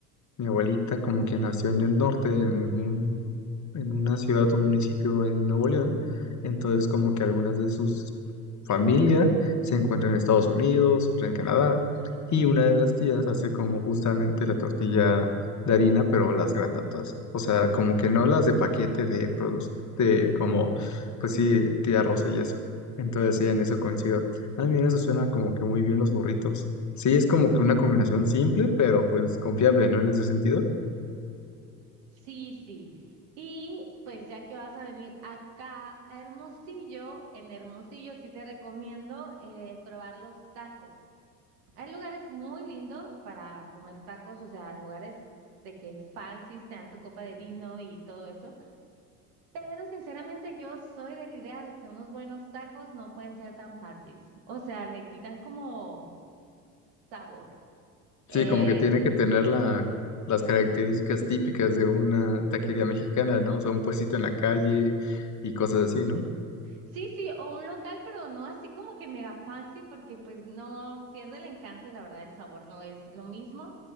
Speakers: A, on the left; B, on the right.
A: mi abuelita como que nació en el norte, en un, en una ciudad o municipio en Nuevo León, entonces como que algunas de sus familia se encuentran en Estados Unidos, otra en Canadá, y una de las tías hace como justamente la tortilla de harina, pero las grandotas, o sea, como que no las de paquete de produce, de como, pues sí, tía Rosa y eso. Entonces sí, en eso coincido. A mí eso suena como que muy bien los burritos. Sí, es como que una combinación simple, pero pues confiable, ¿no? En ese sentido.
B: Sí, sí. Y pues ya que vas a venir acá a Hermosillo, en Hermosillo sí te recomiendo eh, probar los tacos. Hay lugares muy lindos para comer tacos, o sea, lugares de que fancies te dan tu copa de vino y todo eso. Pero sinceramente yo soy de la idea de que unos buenos tacos no pueden ser tan fancies. O sea, le quitan como sabor.
A: Sí,
B: Eh,
A: como que tiene que tener la, las características típicas de una taquería mexicana, ¿no? O sea, un puestito en la calle y cosas así, ¿no?
B: Sí, sí, o un local, pero no así como que mega fancy, porque pues no pierde el encanto y la verdad el sabor no es lo mismo.